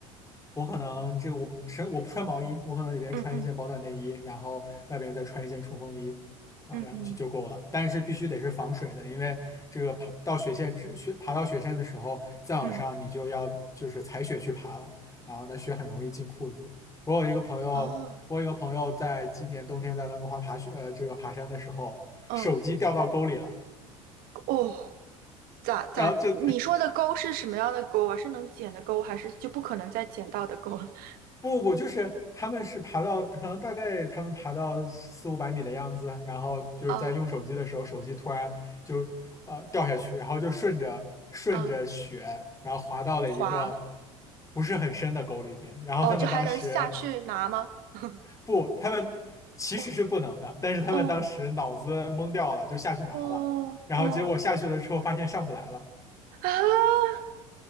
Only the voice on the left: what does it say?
我可能这个我身我不穿毛衣，我可能里边穿一件保暖内衣，
然后外边再穿一件冲锋衣啊，
然后就就够了。但是必须得是防水的，因为这个爬到雪线之雪爬到雪山的时候，再往上你就要就是踩雪去爬了，
然后呢雪很容易进裤子。我有一个朋友，
我有一个朋友在今年冬天在温哥华爬雪呃这个爬山的时候，
手机掉到沟里了。
然后就
不不，就是他们是爬到，可能大概他们爬到四五百米的样子，然后就是在用手机的时候，
手机突然就呃掉下去，然后就顺着顺着雪，
然后滑到了一个
不是很深的沟里边。然后他们当时
不，他们其实是不能的，
但是他们当时脑子懵掉了，
就下去拿了，
然后结果下去了之后发现上不来了。